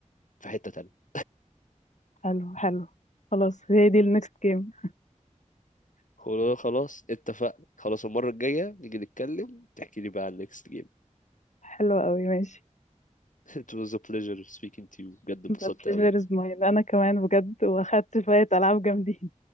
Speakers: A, on the left (about 90°); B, on the left (about 70°).
A: في حته تانية
B: حلو حلو خلاص هي دي النكست جيم
A: خلاص خلاص اتفقنا خلاص المره الجايه نيجي نتكلم تحكي لي بقى عن next game
B: حلوة قوي ماشي
A: <laughs> it was a pleasure speaking to you بجد اتبسطت
B: The pleasure
A: قوي
B: is mine انا كمان بجد واخدت شوية العاب جامدين